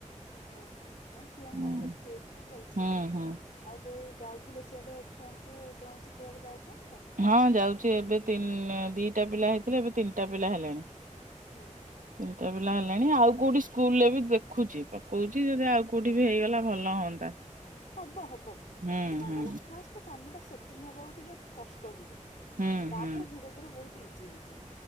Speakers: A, on the left; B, on the right.
A: ଓହୋ ହଁ ଝିଅଙ୍କ
B: ହୁଁ
A: ହାତ ସ୍ପିଡ ତ ଜଲଦି ସରିବ
B: ହୁଁ ହୁଁ।
A: ଆଉ ଯୋଉ ଯାଉଥିଲେ ସିଆଡ଼େ ଛୁଆଙ୍କୁ ଡ୍ରଇଂ ଶିଖିବାକୁ ଯାଉଛନ୍ତି। ତ
B: ହଁ ଯାଉଛି ଏବେତି ଦିଟା ପିଲା ହେଇଥିଲେ ଏବେ ତିନିଟା ପିଲା ହେଲାଣି।
A: ହୁଁ।
B: ଦୁଇଟା ପିଲା ହେଲେଣି ଆଉ କୋଉଠି ସ୍କୁଲ ରେ ବି ଦେଖୁଛି ପକଉଛି ଯଦି ଆଉ କୋଉଠି ବି ହେଇଗଲା ଭଲ ହୁଅନ୍ତା।
A: ହବ ହବ
B: ହୁଁ
A: ସେ କଣ
B: ହୁଁ
A: କହିଲ ଫାଷ୍ଟ କାମ ଟା ସେଟିଂ ହେବାକୁ ଟିକେ କଷ୍ଟ ହୁଏ।
B: ହୁଁ
A: ତାପରେ
B: ହୁଁ
A: ଧୀରେ ଧୀରେ ବହୁତ ଇଜି ହେଇ